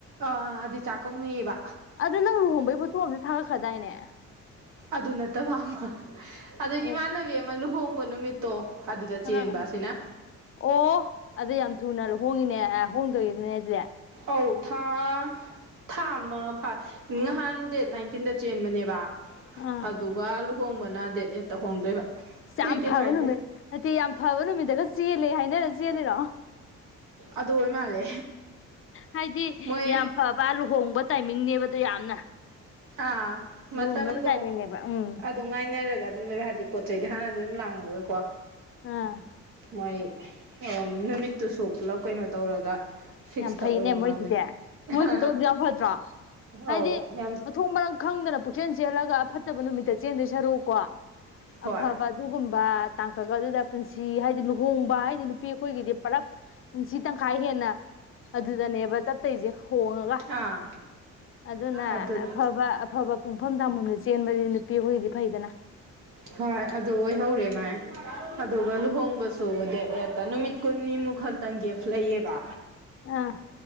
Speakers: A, on the right; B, on the left.
A: ꯑꯥ ꯑꯗꯨ ꯆꯥꯛꯀꯧꯅꯩꯌꯦꯕ
B: ꯑꯗꯨ ꯅꯪ ꯂꯨꯍꯣꯡꯕꯩ ꯐꯣꯇꯣ ꯑꯃꯗꯤ ꯊꯥꯒꯠꯈ꯭ꯔꯗꯥꯏꯅꯦ
A: ꯑꯗꯨ ꯅꯠꯇꯕ ꯑꯃ ꯑꯗꯨꯏ
B: ꯑꯣ
A: ꯏꯃꯥꯟꯅꯕꯤ ꯑꯃꯥ ꯂꯨꯍꯣꯡꯕ ꯅꯨꯃꯤꯠ ꯇꯣ ꯑꯗꯨꯗ
B: ꯑꯥ
A: ꯆꯦꯟꯕ
B: ꯑꯥ
A: ꯑꯁꯤꯅ
B: ꯑꯣ ꯑꯗꯨ ꯌꯥꯝ ꯊꯨꯅ ꯂꯨꯍꯣꯡꯉꯤꯅꯦ ꯍꯣꯡꯗꯣꯏꯅꯦ ꯑꯗꯨꯗꯤ
A: ꯑꯧ ꯊꯥ ꯊꯥ ꯑꯃꯥ ꯐꯥꯏ ꯅꯥꯍꯟ ꯗꯦꯠ ꯅꯥꯏꯟꯇꯤꯟꯗ ꯆꯦꯟꯕꯅꯦꯕ
B: ꯑꯥ
A: ꯑꯗꯨꯒ ꯂꯨꯍꯣꯡꯕꯅ ꯗꯦꯠ ꯑꯦꯠꯇ ꯍꯣꯡꯗꯣꯏꯕ
B: ꯌꯥꯝ
A: ꯀꯨꯏꯗꯦ
B: ꯐꯕ
A: ꯃꯥꯏꯗꯤ
B: ꯅꯨꯃꯤꯠ ꯅꯠꯇꯤ ꯌꯥꯝ ꯐꯕ ꯅꯨꯃꯤꯠꯇꯒ ꯆꯦꯜꯂꯦ ꯍꯥꯏꯅꯔ ꯆꯦꯜꯂꯤꯔꯣ
A: ꯑꯗꯨ ꯑꯣꯏ ꯃꯥꯜꯂꯦ
B: ꯍꯥꯏꯗꯤ
A: ꯃꯣꯏ
B: ꯌꯥꯝ ꯐꯕ ꯂꯨꯍꯣꯡꯕ ꯇꯥꯏꯃꯤꯡꯅꯦꯕ ꯗꯨ ꯌꯥꯝꯅ
A: ꯑꯥ ꯃꯇꯝꯗꯣ
B: ꯂꯨꯍꯣꯡꯅꯕ ꯇꯥꯏꯃꯤꯡꯅꯦꯕ ꯎꯝ
A: ꯑꯗꯨ ꯉꯥꯏꯅꯔꯒ ꯑꯗꯨꯝ ꯂꯩꯕ ꯍꯥꯏꯗꯤ ꯄꯣꯠ ꯆꯩꯗꯤ ꯍꯥꯟꯅꯗꯤ ꯑꯗꯨꯝ ꯂꯥꯡꯉꯒꯀꯣ
B: ꯑꯥ
A: ꯃꯣꯏ <inaudible> ꯅꯨꯃꯤꯠꯇꯨꯁꯨ ꯄꯨꯂꯞ ꯀꯩꯅꯣ ꯇꯧꯔꯒ ꯐꯤꯛꯁꯇ
B: ꯌꯥꯝ ꯐꯩꯅꯦ
A: ꯑꯣꯏꯕ
B: ꯃꯣꯏꯗꯨꯗꯤ
A: ꯃꯥꯜꯂꯦ
B: ꯃꯣꯏ
A: ꯍꯥ
B: ꯈꯨꯇꯧꯗꯨ ꯌꯥꯝ ꯐꯗ꯭ꯔꯣ ꯍꯥꯏꯗꯤ
A: ꯑꯧ ꯌꯥꯝ
B: ꯃꯊꯣꯡ ꯃꯔꯝ ꯈꯪꯗꯅ ꯄꯨꯛꯆꯦꯜ ꯆꯦꯜꯂꯒ ꯑꯐꯠꯇꯕ ꯅꯨꯃꯤꯠꯇ ꯆꯦꯟꯗꯣꯏ ꯁꯔꯨꯛ ꯀꯣ
A: ꯍꯣꯏ
B: ꯑꯐꯥꯕ ꯑꯗꯨꯒꯨꯝꯕ ꯇꯥꯡꯀꯛ ꯑꯗꯨꯗ ꯄꯨꯟꯁꯤ ꯍꯥꯏꯗꯤ ꯂꯨꯍꯣꯡꯕ ꯍꯥꯏꯗꯤ ꯅꯨꯄꯤ ꯑꯩꯈꯣꯏꯒꯤꯗꯤ ꯄꯨꯂꯞ ꯄꯨꯟꯁꯤ ꯇꯪꯈꯥꯏ ꯍꯦꯟꯅ ꯑꯗꯨꯗꯅꯦꯕ ꯆꯠꯇꯣꯏꯁꯦ ꯂꯨꯍꯣꯡꯉꯒ
A: ꯑꯥ
B: ꯑꯗꯨꯅ
A: ꯑꯗꯨꯗ
B: ꯑꯐꯥꯕ ꯑꯐꯥꯕ ꯄꯨꯡꯐꯝ ꯇꯥꯟꯐꯝꯗ ꯆꯦꯟꯕꯗꯤ ꯅꯨꯄꯤ ꯑꯩꯈꯣꯏꯒꯤꯗꯤ ꯐꯩꯗꯅ
A: ꯍꯣꯏ ꯑꯗꯨ ꯑꯣꯏꯍꯧꯔꯦ ꯃꯥꯏ ꯑꯗꯨꯒ ꯂꯨꯍꯣꯡꯕꯁꯨ ꯗꯦꯠ ꯑꯦꯠꯇ ꯅꯨꯃꯤꯠ ꯀꯨꯟꯅꯤꯃꯨꯛ ꯈꯛꯇꯪ ꯒꯤꯐ ꯂꯩꯌꯦꯕ
B: ꯑꯥ